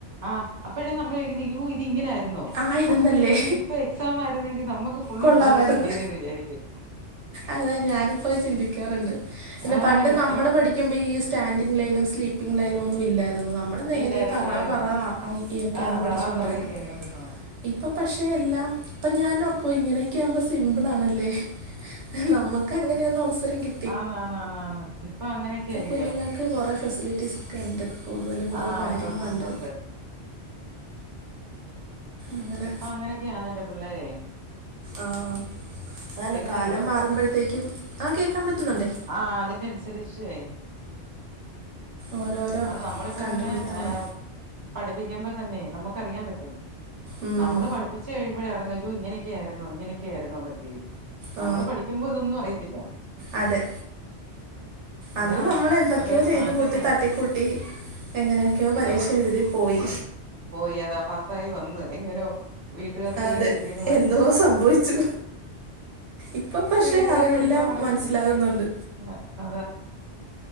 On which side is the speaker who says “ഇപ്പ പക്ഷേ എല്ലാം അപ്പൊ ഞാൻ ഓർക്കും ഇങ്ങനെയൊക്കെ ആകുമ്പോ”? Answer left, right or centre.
Right